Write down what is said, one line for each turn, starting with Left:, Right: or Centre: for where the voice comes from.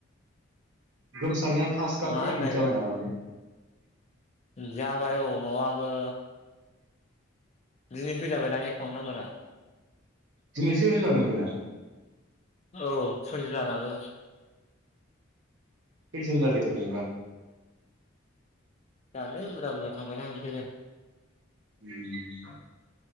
Right: गोमसारना टास्कआ
Left: मा
Right: कमप्लिट
Left: होननो नागिरदों
Right: जाबाय नामालै?
Left: जाबाय औ माबाबो दिनै होजाबायदां एकाउन्ट नाम्बारा।
Right: दिनैसो होजादों बिना।
Left: औ <unintelligible>
Right: <unintelligible>
Left: जानोलै बुरजा बुरजा थांबायदां बिसोरो।
Right: उम।